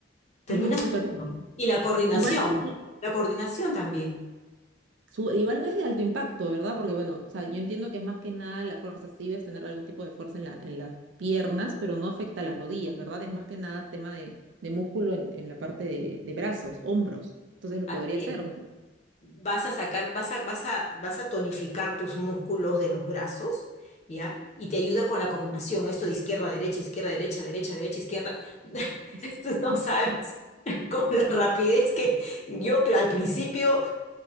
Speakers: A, on the left (about 35°); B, on the right (about 70°).
A: terminas
B: Ah, súper.
A: sudando. Y la coordinación,
B: Igual no es
A: la coordinación también.
B: Su- igual no es de alto impacto, ¿verdad? Porque bueno, o sea, yo entiendo que es más que nada la fuerza, sí debes tener algún tipo de fuerza en la, en las piernas, pero no afecta a las rodillas, ¿verdad? Es más que nada tema de, de músculo en, en la parte de, de brazos, hombros. Entonces lo
A: Así
B: podría hacer,
A: es.
B: ¿no?
A: vas a sacar, vas a, vas a, vas a tonificar tus músculos de los brazos, ¿ya? Y te ayuda con la coordinación, esto de izquierda, derecha, izquierda, derecha, derecha, derecha, izquierda. <laughs>
B: <laughs>
A: Tú no sabes con la rapidez que yo pero al principio